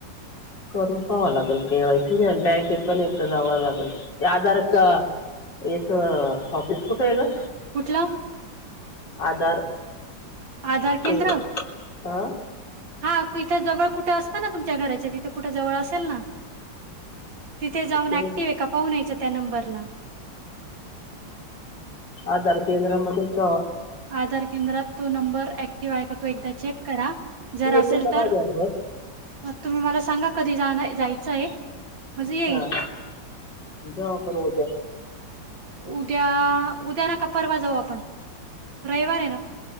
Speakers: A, on the left (about 65°); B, on the right (about 80°).
A: करून पहाव लागेल केवायसी नाही बँकेत पण जावं लागेल आधार का एक ऑफिस कुठे आहे ग
B: कुठलं
A: आधार
B: आधार केंद्र
A: के हा
B: हा इथं जवळ कुठं असतं ना तुमच्या घराच्या तिथे कुठं जवळ असेल ना तिथे जाऊन
A: ते
B: ऍक्टिव आहे का पाहून यायचं त्या नंबरला
A: आधार केंद्र मधून च
B: आधार केंद्रात तो नंबर ऍक्टिव्ह आहे तो एकदा चेक करा जर
A: तू येशील
B: असेल
A: का
B: तर
A: माझ्याबरोबर
B: तुम्ही मला सांगा कधी जा जायचं आहे म्हणजे येईल
A: हा जाऊ आपण उद्या
B: उद्या उद्या ना का परवा जाऊ आपण रविवार आहे ना